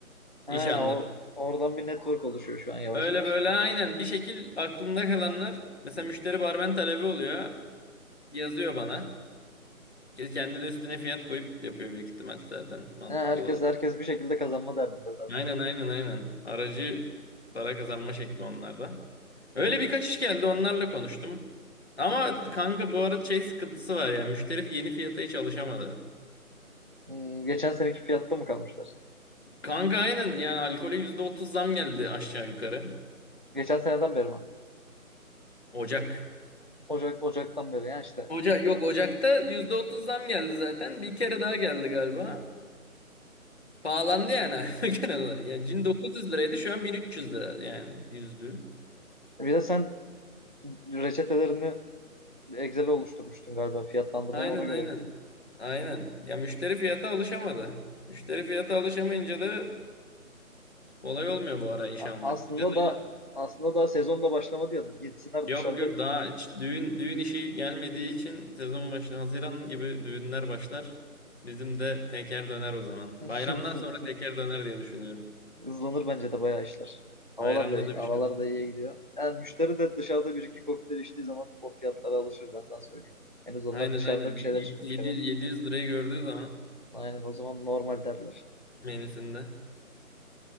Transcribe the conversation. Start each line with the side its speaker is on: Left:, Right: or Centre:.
Right: ha,
Left: işi anlatıp.
Right: or- oradan bir network oluşuyor şu an yavaş
Left: Öyle
Right: yavaş.
Left: böyle aynen bir şekil aklımda kalanlar mesela müşteri barmen talebi oluyor. yazıyor bana. Kendi de üstüne fiyat koyup yapıyor büyük ihtimal zaten mantıklı
Right: He, herkes
Left: olan.
Right: herkes bir şekilde kazanma derdinde zaten.
Left: Aynen aynen aynen. Aracı para kazanma şekli onlarda. Öyle birkaç iş geldi onlarla konuştum. Ama kanka bu arada şey sıkıntısı var ya müşteri yeni fiyata hiç alışamadı.
Right: Hmm, geçen seneki fiyatta mı kalmışlar?
Left: Kanka aynen yani alkole %30 zam geldi aşağı yukarı.
Right: Geçen seneden beri mi?
Left: Ocak.
Right: Ocak Ocak'tan beri yani işte.
Left: Ocak yok Ocak'ta %30 zam geldi zaten. Bir kere daha geldi galiba. Pahalandı yani <laughs> alkol genel olarak. Yani cin dokuz yüz liraydı şu an 1300 lira yani yüzlüğü.
Right: Bir de sen reçetelerini Excel'e oluşturmuştun galiba fiyatlandırmayı
Left: Aynen
Right: ona göre
Left: aynen.
Right: yapıyordun.
Left: Aynen. Ya müşteri fiyata alışamadı. Müşteri fiyata alışamayınca da kolay olmuyor bu ara iş
Right: A-
Left: almak.
Right: aslında
Left: Bir de
Right: da
Left: daha
Right: aslında daha sezon da başlamadı ya. Gitsinler
Left: yok
Right: dışarıda
Left: yok daha hiç düğün düğün işi gelmediği için sezon başlar. Haziran gibi düğünler başlar. Bizim de teker döner o zaman.
Right: <laughs>
Left: Bayramdan sonra teker döner diye düşünüyorum.
Right: hızlanır bence de bayağı işler. Havalar
Left: Bayramda
Right: da iyi,
Left: da
Right: havalar
Left: bir şey olmaz.
Right: da iyiye gidiyor. Yani müşteri de dışarıda bir iki kokteyl içtiği zaman o fiyatlara alışır ben sana söyleyeyim. Henüz onlar
Left: Aynen
Right: dışarıda
Left: aynen.
Right: bir
Left: Bir
Right: şeyler
Left: yedi-
Right: içmemiş
Left: 700,
Right: herhalde.
Left: 700 lirayı gördüğü zaman
Right: Aynen o zaman normal derler.
Left: menüsünde.